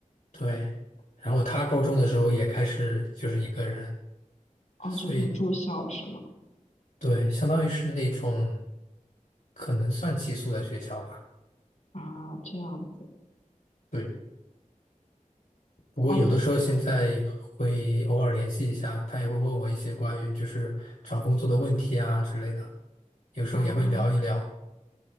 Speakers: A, on the left; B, on the left.
A: 对。然后他高中的时候也开始就是一个人，
B: 哦，
A: 所以
B: 就是住校是吗？
A: 对，相当于是那种可能算寄宿的学校吧，
B: 啊，这样子，
A: 对。不过有的时候现在会偶尔联系一下，
B: 哦不，
A: 他也会问我一些关于就是找工作的问题啊之类的，有时候也会聊一聊。
B: 啊，